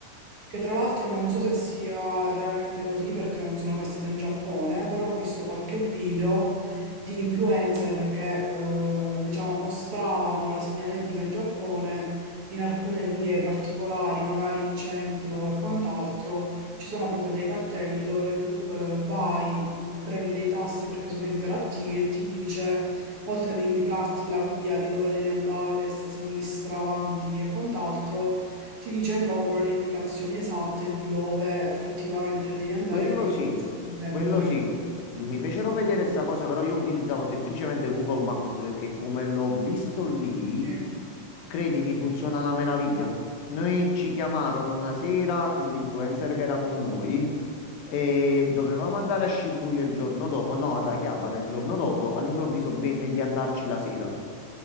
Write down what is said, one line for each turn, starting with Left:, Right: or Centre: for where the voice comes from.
Right: Che tra l'altro non so se sia realmente così perché non sono mai stata in Giappone, però ho visto qualche video di influencer che eh, diciamo mostravano la segnaletica in Giappone in alcune vie particolari, magari in centro e quant'altro, ci sono proprio dei cartelli dove tu eh, vai, mh, premi dei tasti perché sono interattivi e ti dice, oltre ad indicarti la via di dove devi andare, destra, sinistra, avanti e quant'altro, ti dice proprio le indicazioni esatte di dove effettivamente devi andare
Left: Quello
Right: e quali
Left: sì,
Right: devi prendere.
Left: quello sì. Mi fecero vedere sta cosa, però io utilizzavo semplicemente Google Maps perché come l'ho visto lì,
Right: Sì.
Left: credimi, funziona una meraviglia. Noi ci chiamarono una sera, e l'influencer che era con noi, e dovevamo andare a Shibuya il giorno dopo, no, ad Akihabara il giorno dopo, all'improvviso venne di andarci la sera.